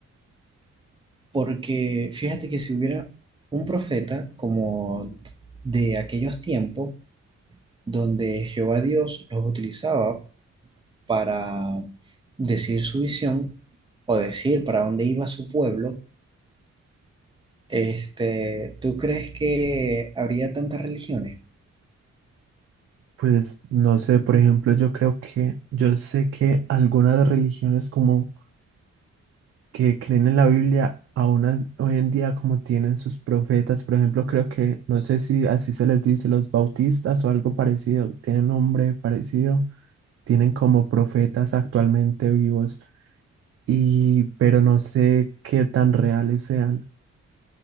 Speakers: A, on the right (about 15°); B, on the right (about 50°).
A: Porque fíjate que si hubiera un profeta como de aquellos tiempos donde Jehová Dios los utilizaba para decir su visión o decir para dónde iba su pueblo, este, ¿tú crees que habría tantas religiones?
B: Pues no sé, por ejemplo, yo creo que, yo sé que algunas religiones como que creen en la Biblia, aún a- hoy en día como tienen sus profetas, por ejemplo, creo que, no sé si así se les dice, los bautistas o algo parecido, tienen nombre parecido tienen como profetas actualmente vivos, y pero no sé qué tan reales sean.